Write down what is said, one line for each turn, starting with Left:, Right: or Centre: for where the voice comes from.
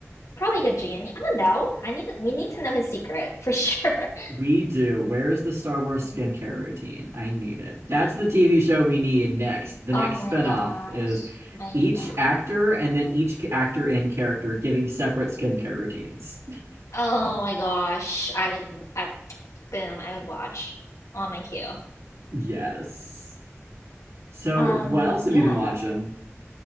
Left: Probably the genie. I don't know. I need we need to know his secret for sure. <laughs>
Right: We do. Where is the Star Wars
Left: Mm.
Right: skincare routine? I need it. That's the TV show we need next. The
Left: Oh
Right: next
Left: my
Right: spinoff
Left: gosh.
Right: is
Left: I
Right: each
Left: know.
Right: actor and then each actor in character giving separate skincare routines.
Left: Oh my gosh. I would I, boom, I would watch on my queue.
Right: Yes. So
Left: Um
Right: what else have
Left: yeah.
Right: you been watching?